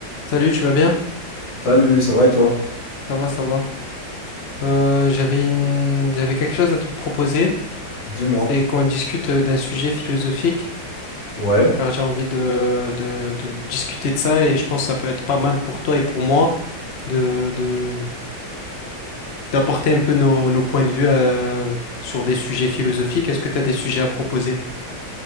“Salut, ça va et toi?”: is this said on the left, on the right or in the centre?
Left